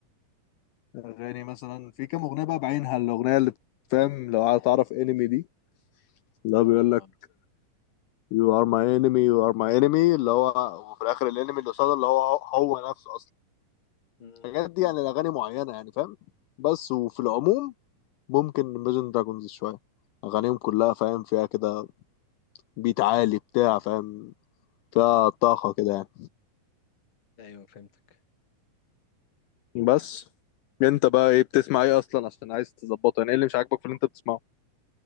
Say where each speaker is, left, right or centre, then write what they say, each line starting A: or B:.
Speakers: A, on the left; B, on the left.
A: اغاني مثلا في كام اغنيه بقى بعينها الاغنيه اللي فاهم لو تعرف انمي دي لا بيقول
B: اه
A: لك يو ار ماي انمي يو ار ماي انمي اللي هو وفي الاخر الانمي اللي قصاده اللي هو هو نفسه اصلا
B: امم
A: الحاجات دي يعني الاغاني معينه يعني فاهم بس وفي العموم ممكن ميجن دراجونز شويه اغانيهم كلها فاهم فيها كده بيت عالي بتاع فاهم فيها طاقه كده يعني
B: ايوه فهمتك
A: بس انت بقى ايه بتسمع ايه اصلا عشان عايز تظبطه يعني ايه اللي مش عاجبك في اللي انت بتسمعه